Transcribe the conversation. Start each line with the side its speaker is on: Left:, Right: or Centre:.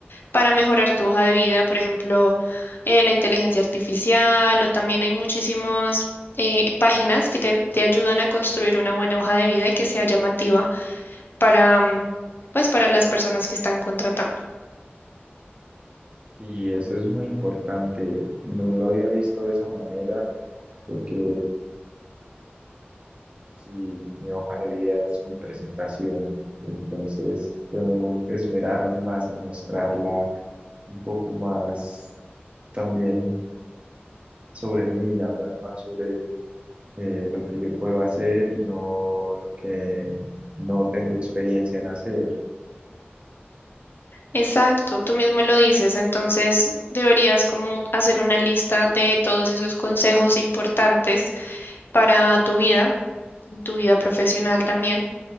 Left: para mejorar tu hoja de vida, por ejemplo, eh, la inteligencia artificial o también hay muchísimas eh, páginas que te, te ayudan a construir una buena hoja de vida y que sea llamativa para, mm, pues, para las personas que están contratando.
Right: Sí, eso es muy importante. No lo había visto de esa manera porque si mi hoja de vida es mi presentación, entonces tengo que esmerarme más en mostrarla un poco más también sobre mí, y hablar más sobre eh, lo que yo puedo hacer y no lo que no tengo experiencia en hacer.
Left: Exacto, tú mismo lo dices, entonces deberías como hacer una lista de todos esos consejos importantes para tu vida, y tu vida profesional también,